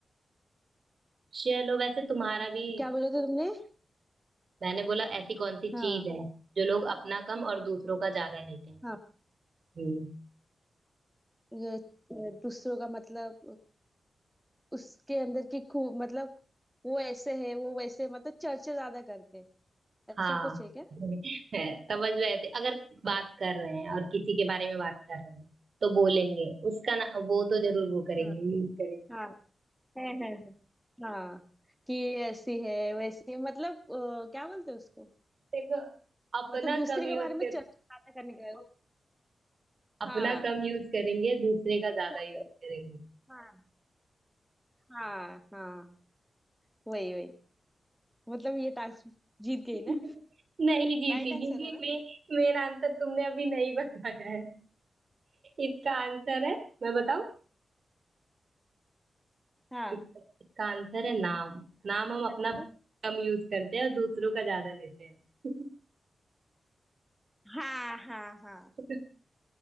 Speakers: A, on the right; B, in the centre.
A: चलो वैसे तुम्हारा भी
B: क्या बोले थे तुमने
A: मैंने बोला ऐसी कौन सी
B: हाँ
A: चीज है जो लोग अपना कम और दूसरों का ज्यादा लेते हैं
B: हाँ
A: हम्म।
B: ये ये दूसरों का मतलब अ, उसके अंदर की खूब मतलब वो ऐसे है वो वैसे मतलब चर्चा ज्यादा करते हैं
A: हाँ
B: ऐसा कुछ है क्या
A: <laughs> समझ में आते अगर बात कर रहे हैं और किसी के बारे में बात कर रहे हैं तो बोलेंगे उसका ना वो तो जरूर वो करेंगे
B: हाँ
A: यूज करेंगे
B: हाँ है है है हाँ कि ऐसी है वैसी है मतलब अ, क्या बोलते हैं उसको
A: देखो अपना
B: मतलब दूसरे
A: कम
B: के
A: यूज
B: बारे में
A: कर
B: चर्चा ज्यादा करने का
A: अपना
B: हाँ
A: कम यूज करेंगे दूसरे का ज्यादा
B: चॉकलेट
A: यूज करेंगे
B: हाँ हाँ हाँ वही वही मतलब ये टास्क जीत गई
A: <laughs>
B: ना
A: नहीं जीती
B: राइट आंसर
A: क्योंकि
B: है ना
A: मे, मेन आंसर तुमने अभी नहीं <laughs> बताया है इसका आंसर है मैं बताऊं
B: हाँ
A: इसका, इसका आंसर है नाम नाम हम अपना
B: अच्छा
A: कम यूज करते हैं और दूसरों का ज्यादा लेते हैं
B: हाँ हाँ हाँ
A: <laughs>